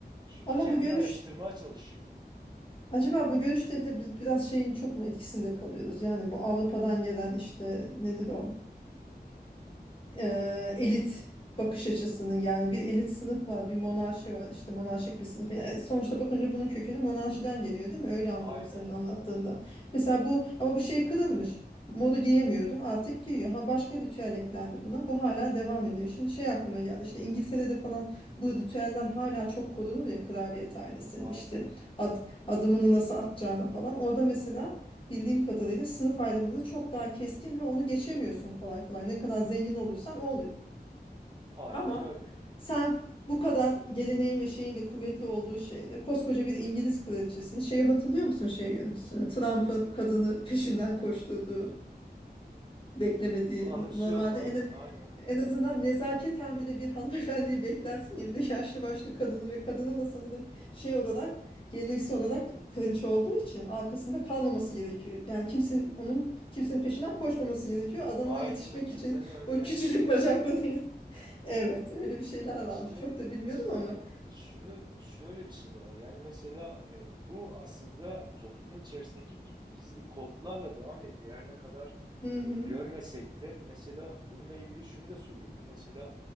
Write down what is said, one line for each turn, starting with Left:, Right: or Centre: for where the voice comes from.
Right: Çünkü
Left: Ama
Right: kendini
Left: bu görüş
Right: ayrıştırmaya çalışıyor.
Left: acaba bu görüşte de biz biraz şeyin çok mu etkisinde kalıyoruz? Yani bu Avrupa'dan gelen işte nedir o? e, elit bakış açısının yani bir elit sınıf var, bir monarşi var işte monarşik bir sınıf. Yani sonuçta bakınca bunun kökeni monarşiden geliyor değil mi? Öyle anladım
Right: Aynen,
Left: senin anlattığında. Mesela bu ama bu şey kırılmış. Modu giyemiyordu. Artık giyiyor. Ha başka ritüel eklendi buna. Bu hala devam ediyor. Şimdi şey aklıma geldi. işte İngiltere'de falan bu ritüelden hala çok korunur ya kraliyet ailesinin
Right: aynen,
Left: işte ad, adımını nasıl atacağına falan. Orada mesela bildiğim kadarıyla sınıf ayrımları çok daha keskin ve onu geçemiyorsun kolay kolay. Ne kadar zengin olursan ol.
Right: aynen
Left: Ama
Right: öyle.
Left: sen bu kadar geleneğin ve şeyin de kuvvetli olduğu şeyde koskoca bir İngiliz kraliçesini şeyi hatırlıyor musun şey yönetüsünü? Trump'ın kadını peşinden koşturduğu beklemediği
Right: Anımsıyorum
Left: no- normalde
Right: aynen,
Left: en
Right: aynen, aynen.
Left: en azından nezaketen bile bir hanımefendiyi beklersin ya bir de yaşlı başlı kadını ve kadının da sanırım şey olarak geleneksel olarak kraliçe olduğu için arkasında kalmaması
Right: Hı hı.
Left: gerekiyor. Yani kimsenin onun kimsenin peşinden koşmaması gerekiyor. Adama
Right: Aynen
Left: yetişmek
Right: ve kimsenin
Left: için
Right: önden
Left: o küçücük
Right: eğilmemesi
Left: bacaklarıyla.
Right: lazım.
Left: <laughs> Evet, öyle bir şeyler
Right: İşte
Left: varmış. Çok da bilmiyordum
Right: işte
Left: ama.
Right: e, şunu şöyle bir şey de var. Yani mesela e, bu aslında toplumun içerisindeki git- gizli kodlarla devam ediyor. Her ne kadar
Left: Hı hı.
Right: e, görmesek de mesela bununla ilgili şunu da söyleyebilirim. Mesela